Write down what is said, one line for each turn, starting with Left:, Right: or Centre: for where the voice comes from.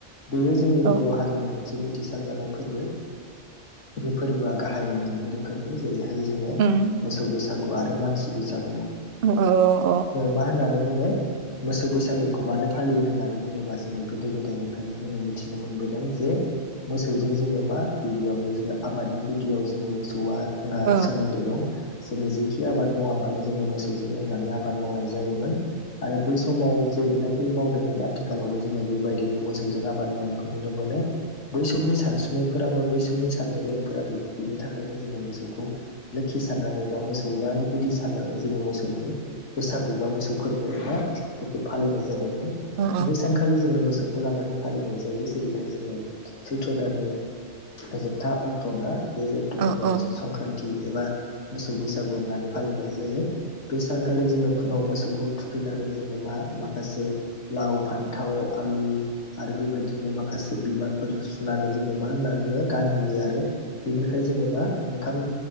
Left: बेयो जोंनि
Right: औ
Left: बर' हारिनि मोन से मिथिसार जानाय फोर्बो बे फोर्बोआ गाहायै मोननै रोखोमनि जेरैहा हाय जोङो
Right: उम
Left: मोसौ बैसागु आरो मानसि बैसाग
Right: अ अ अ अ
Left: मा होननानै बुङो। मोसौ बैसागुखौ मानो फालियो होननानै बुङोबा जोङो गोदो गोदायनिफ्रायनो जोङो मिथिनो मोनबोदों जे। मोसौजों जोङो मा गिबियावनो जोङो आफादनि गुदियाव जोङो मोसौ। आ जोंहा
Right: औ
Left: सोमोन्दो दं जोङो जेखि आबाद मावा मानो मोसौजों एवनानै आब बाद मावनाय जायोमोन। आरो बै समाव जेरैनाखि मावदोंमोन आथिखालावबो जोङो बेबायदिनो मोसौजों आबाद मावनायखौ नुनो मोन नो बै समनि सानसुमैफोराबो। बै समनि साननो गोरोंफोरा बे-बेनि थाखायनो जोङो मोसौखौ लोखि सानानै बा मोसौआनो गुदि। साननानै जोङो मोसौनि। बैसागु बा मोसौ फोर्बोआवनो बेखौ फालिनाय जादोंमोन
Right: औ औ
Left: बे सानखालि जोङो मोसौ। खौ लानानै फालिनाय जायो जेरैहाय जोङो सैथ्र दाननि। जोबथा अक्ट' ना बे अक्ट'खौ
Right: औ
Left: जोङो सनक्रानति एबा मोसौ बैसागु होननानै फालिनाय जायो बे सान खालि जोङो फुङाव मोसौखौ थुखैनानै जोङो मा माखासे लाव फानथाव आलु आरो बेबायदिनो माखासे बिबार फोर सुनानै जोङो मा होननानै बुङो गानहोयो आरो बेनिफ्राय जोङो मा ओंखाम